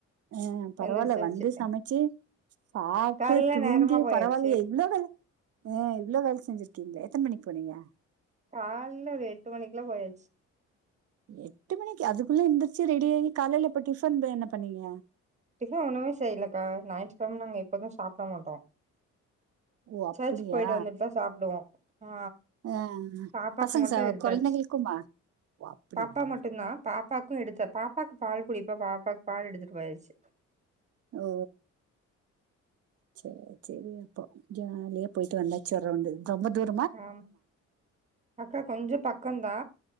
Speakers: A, on the right (about 50°); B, on the right (about 25°).
A: அ பரவால்ல
B: எந்திரிச்சாச்சு
A: வந்து சமைச்சு சாப்டு
B: காலைல
A: தூங்கி
B: நேரமா போயாச்சு
A: பரவாலயே இவ்ளோ வேல ஆ இவ்வளோ வேல செஞ்சிருக்கீங்ளே எத்தன் மணிக்கி போனீங்க
B: கால்ல ஒரு எட்டு மணிக்குலா போயாச்சு
A: எட்டு மணிக்கு அதுக்குள்ள எந்திருச்சு ரெடி ஆகி காலைல இப்ப டிஃபன் என்ன பண்ணீங்க
B: டிஃபன் ஒண்ணுமே செய்யில்லக்க ஞாயிற்றுக்கெழம நாங்க எப்பது சாப்ட மாட்டோ
A: ஓ அப்படியா
B: சர்ச்சு போயிட்டு வந்துட்டுதா சாப்டுவோ ஆ
A: ஆ
B: பாப்பாக்கு
A: பசங்க
B: மட்டு
A: ச
B: எடுத்தாச்சு
A: கொழந்தைங்களுக்குமா ஓ அப்படியா
B: பாப்பா மட்டும்தா பாப் பாப்பாவுக்கும் எடுத்த பாப்பாக்கு பால் குடிப்பா பாப்பாவுக்கு பால் எடுத்துட்டு போயாச்சு
A: ஓ சேர் சேரி அப்போ ஜாலியே போயிட்டு வந்தாச்சு ஒர் ரௌண்டு ரொம்ப தூர
B: ஆ அக்கா கொஞ்சோ பக்கோதா